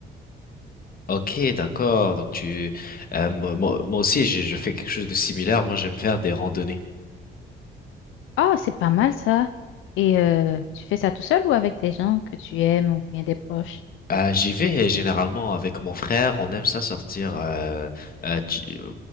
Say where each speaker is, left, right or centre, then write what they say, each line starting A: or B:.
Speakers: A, on the left; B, on the left.
A: Ok, d'accord. Donc tu, euh, moi, moi moi aussi, je, je fais quelque chose de similaire. Moi, j'aime faire des randonnées.
B: Ah, c'est pas mal ça. Et euh, tu fais ça tout seul ou avec des gens que tu aimes ou bien des proches?
A: Euh, j'y vais généralement avec mon frère. On aime ça sortir. euh, euh, tu, euh,